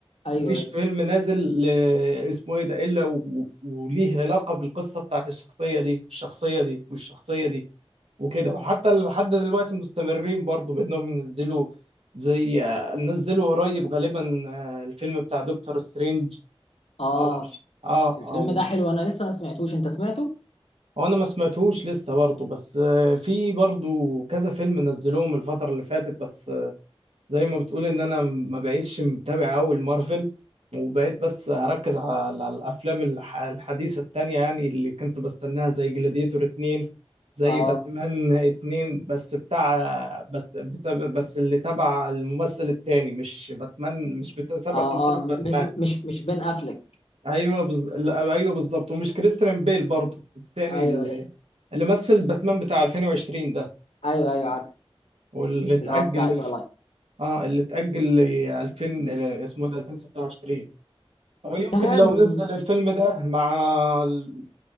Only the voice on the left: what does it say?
ايوه
ايوه
اه
الفيلم
ده حلو انا لسه ما سمعتوش انت سمعته
اه
اه
اه م-
م- مش مش بين افلك
ايوه
ايوه ايوه عارف
اللي هو بتاع تويلايت
تمام